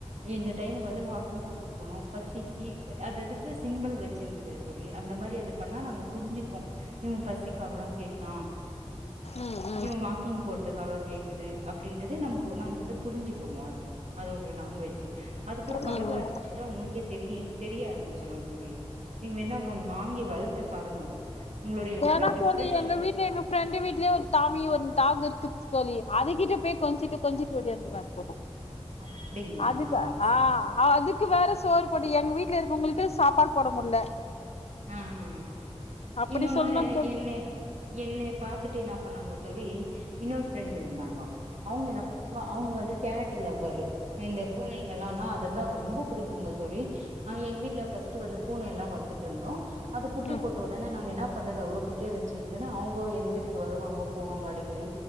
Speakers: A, on the right; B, on the left.
A: ஏ யிந்த டைமுக்கு வந்து வாக்கிங் கூட்டிட்டு போனோ பசிக்கி அது அதுக்கு சிம்பல் வச்சிங்கிது தோழி அந்த மாரி அது பண்ணா நாங்க புரிஞ்சுப்போ யிவன் பசிக்காகதா கேக்குறா
B: ம் ம்
A: யிவன் வாக்கிங் போறதுக்காக கேக்குது அப்டின்றது நம்போ நாங்க வந்து புரிஞ்சு க்குவாது அதோடைய லாங்குவேஜ் அது கூட
B: ம்
A: பழக
B: ம்
A: ஆரம்பிச் சா உங்களுகே தெரிய தெரிய ஆரம்பிச்சிரூ தோழி நீங்க வேண்ண ஒண்ணு வாங்கி வளத்து பாருங்கோ உங்களுடைய
B: வேணா
A: எவ்ளோ
B: தோழி
A: டிப்ரெஷன்
B: எங்க வீட்டு எங்க ஃப்ரெண்டு வீட்லயே ஒரு டாமி ஒரு டாக்குருக்கு தோழி அதுகிட்ட போய் கொஞ்சிட்டு கொஞ்சிட்டு ஓடியாந்துருவா தோழி
A: அப்டிங்களா
B: அதுக்கு
A: சே
B: ஆ அதுக் க்கு வேற சோறு போடனு எங்க வீட்டுல இருக்கவங்களுக்கு சாப்பாடு போட முடியல
A: ம்ஹூம்
B: அப்படி
A: யின்னொன்னு
B: சொல்லணு தோழி
A: யென்னே என்னை பாத்துட்டு என்னா பண்ணாங்க தோழி இன்னொரு ஃப்ரெண்ட் இருந்தாங்கோ அவங்க என்ன ப அவங்க வந்து கேட்டு லவ்வரூ யிந்த பூனைங்கல்லானா அதெல்லா ரொம்ப புடிக்குங்க தோழி அ எங்க வீட்டு்ல பர்ஸ்ட் வந்து பூனை எல்லாம் வளத்துட்டு இருந்தோ அது குட்டி
B: ம்
A: போட்டு அதானா நாங்க என்ன பண்றது அவ்ளோ குட்டியே வச்சுட்டுன்நு அவங்க எங்க வீட்டுக்கு வருவாங்க போவாங்க அடிக்கடி